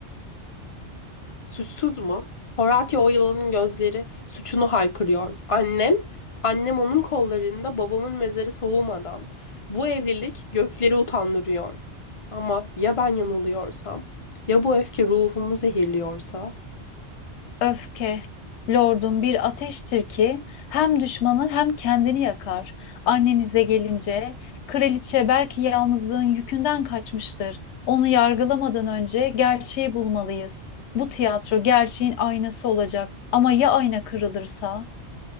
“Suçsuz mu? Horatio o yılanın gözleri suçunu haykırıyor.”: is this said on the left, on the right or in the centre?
Left